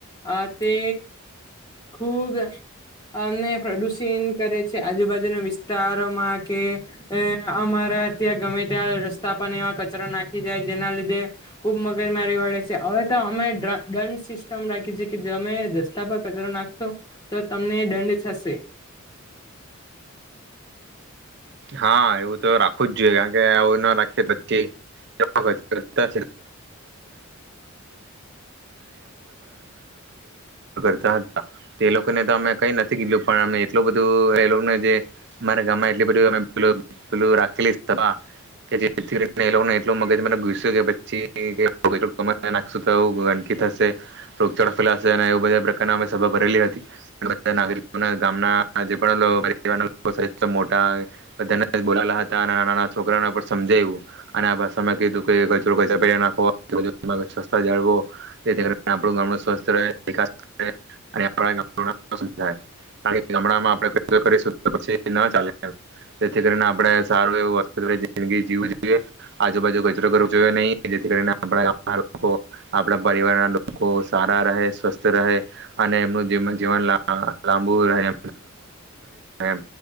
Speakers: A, on the left; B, on the right.
A: આ તે ખુબ અમને પ્રદુષિન કરે છે આજુબાજુના વિસ્તારોમાં કે અ અમારા ત્યાં ગમે ત્યાં રસ્તા પણ એવા કચરો નાખ ખી જાય જેના લીધે ખૂબ મગજમારી વળે છે હવે તો અમે દ્રણ દંડ સિસ્ટમ રાખી છે જમે રસ્તા પર કચરો નાખશો તો તમને દંડ થશે.
B: હા એવું તો રાખવું જ જોઈએ કારણ કે આવું ના રાખીએ પછી અને ગામમાં જે કરતા હતા તે લોકોને તો અમે કઈ નથી કીધું પણ એટલું બધું એ લોકોને જે મારા ગામમાં એટલી બધ પેલુ પેલુ રાખેલી સભા જે એટ મગજ મ કે પછીખ તો ગંદકી થશે રોગચળા ફેલાશે અને એ બધા પ્રકાર સભા ભરેલી હતીગ ગામના જે પણ મોટા બોલા હતા અને નાના નાના છોકરાઓને પછી સમજાવું અને આ ભાષામાં કીધું કે કચરો નાખ જાળવો ગામ સ્વસ્ ગામ સ્વસ્થ રહે વિકાસ અને આપણ ગામ નુ નામ રોશન કરણ કે ગમાણમાં આપણે કચરો કરીશું તો ન ચાલે એમ. જેથી કરીને આપણેે સારું એવુંસ્ત જિંદગી જીવું જોઈએ આજુબાજુ કચરો કરવો જોઈએ નહી જેથી કરીને આપણા ગ લોકો આપણા પરિવાર ના લોકો સારા રહે સ્વસ્થ રહે અને એમનું જીવન લાંબુ રહે એમ